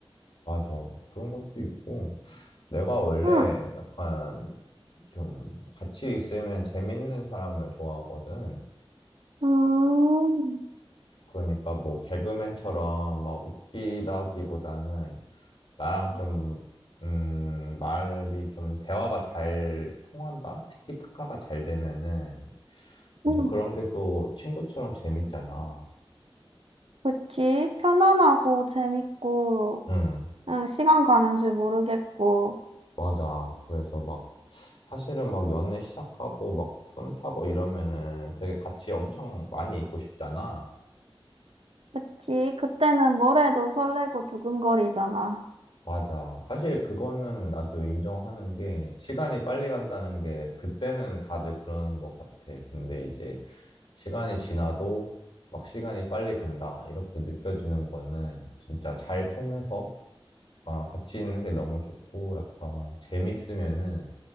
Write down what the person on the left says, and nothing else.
맞아. 그런 것도 있고, 내가 원래
약간 좀 같이 있으면 재밌는 사람을 좋아하거든.
그러니까 뭐 개그맨처럼 막 웃기다기보다는 나랑 좀, 음, 말이 좀 대화가 잘 통한다? 티키타카가 잘 되면은 이제
그런 게 또 친구처럼 재밌잖아.
응,
맞아. 그래서 막 사실은 막 연애 시작하고 막 썸 타고 이러면은 되게 같이 엄청 많이 있고 싶잖아.
맞아. 사실 그거는 나도 인정하는 게 시간이 빨리 간다는 게 그때는 다들 그러는 것 같아. 근데 이제 시간이 지나도 막 시간이 빨리 간다. 이렇게 느껴지는 거는 진짜 잘 통해서 아, 같이 있는 게 너무 좋고 약간 재밌으면은